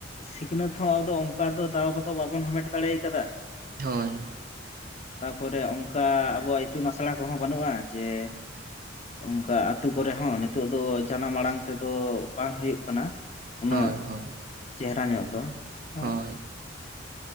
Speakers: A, on the left; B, on the right.
A: ᱥᱤᱠᱷᱱᱟᱹᱛ ᱦᱚᱸ ᱟᱫᱚ ᱚᱱᱠᱟ ᱫᱚ ᱫᱟᱣ ᱠᱚᱫᱚ ᱵᱟᱵᱚᱱ ᱦᱟᱢᱮᱴ ᱫᱟᱲᱮ ᱠᱟᱫᱟ,
B: ᱦᱳᱭ ᱾
A: ᱛᱟᱯᱚᱨᱮ ᱚᱱᱠᱟ ᱟᱵᱚᱣᱟᱜ ᱤᱛᱩᱱ ᱟᱥᱲᱟ ᱠᱚᱦᱚᱸ ᱵᱟᱹᱱᱩᱜᱼᱟ ᱡᱮ ᱚᱱᱠᱟ ᱟᱛᱳ ᱠᱚᱨᱮ ᱦᱚᱸ ᱱᱤᱛᱚᱜ ᱫᱚ ᱡᱟᱱᱟᱢ ᱟᱲᱟᱝ ᱛᱮᱫᱚ ᱵᱟᱝ ᱦᱳᱭᱳᱜ ᱠᱟᱱᱟ ᱩᱱᱟᱹᱜ
B: ᱦᱳᱭ ᱦᱳᱭ
A: ᱪᱮᱦᱨᱟ ᱧᱚᱜ ᱫᱚ ᱦᱮᱸ
B: ᱦᱳᱭ ᱾